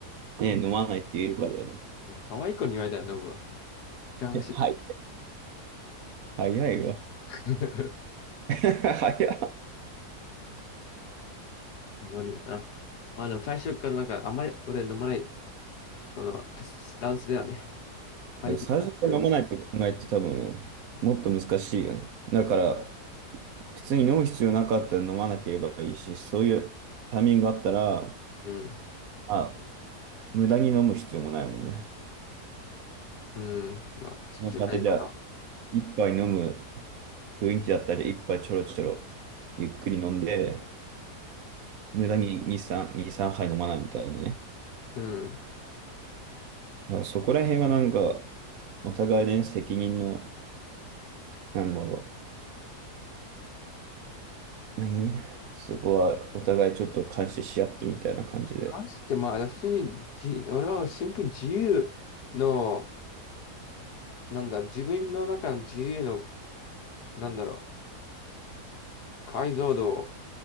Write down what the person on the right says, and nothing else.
ね、飲まないって言えるかだよね。
いや、はい。早いわ。
<laughs> 早い。
なんか最初から飲まないって考えって多分ね、もっと難しいよね。だから、普通に飲む必要なかったら飲まなければいいし、そういうタイミングがあったら、
まあ、無駄に飲む必要もないもんね。
その場でじゃあ、一杯飲む雰囲気だったり、一杯ちょろちょろゆっくり飲んで、無駄に2、3、2、3杯飲まないみたいなね。
だからそこら辺はなんか、お互いね、責任の、なんだろう。何そこはお互いちょっと監視し合ってみたいな感じで。